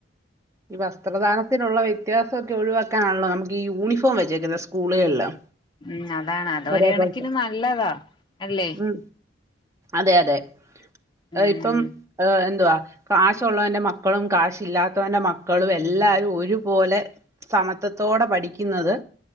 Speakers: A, on the right; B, on the left.
A: ഈ വസ്ത്രധാരണത്തിനുള്ള വ്യത്യാസൊക്കെ ഒഴിവാക്കാനാണല്ലോ നമുക്ക് ഈ യൂണിഫോം വെച്ചേക്കുന്നത് സ്കൂളുകളില്.
B: ഉം അതാണ് അത
A: ഒരേ
B: ഒര് കണക്കിന്
A: പോലത്തെ
B: നല്ലതാ അല്ലേ
A: ഉം അതെ അതെ
B: ഉം
A: അ ഇപ്പം ആ എന്തുവാ കാശുള്ളവന്റെ മക്കളും കാശ് ഇല്ലാത്തവന്റെ മ ക്കളും എല്ലാരും ഒരുപോലെ സമത്വത്തോടെ പഠിക്ക്ന്നത്